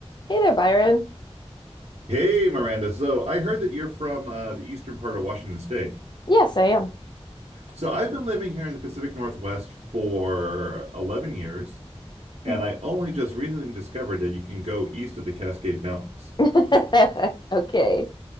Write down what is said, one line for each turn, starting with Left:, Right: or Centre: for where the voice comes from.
Left: Hey there, Byron.
Right: Hey, Miranda. So I heard that you're from uh, the eastern part of Washington State.
Left: Yes, I am.
Right: So I've been living here in the Pacific Northwest for 11 years, and
Left: Mhm.
Right: I only just recently discovered that you can go east of the Cascade Mountains.
Left: <laughs> Okay.